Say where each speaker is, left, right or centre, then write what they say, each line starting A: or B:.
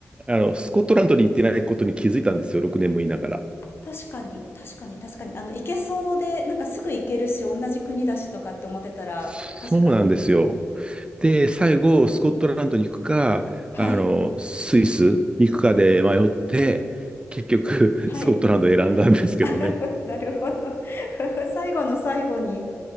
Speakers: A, on the right; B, on the left.
A: あの、スコットランドに行ってないことに気づいたんですよ。6年もいながら。
B: 確かに、確かに、確かに。あの、行けそうで、なんかすぐ行けるし、同じ国だしとかって思ってたら、
A: そうなんですよ。
B: 確かに。
A: で、最後、スコットランドに行くか、
B: はい。
A: あの、スイスに行くかで迷って、結局、<laughs>
B: はい。
A: スコットランドを選んだんですけどね。
B: <laughs> なるほど。<laughs> 最後の最後に。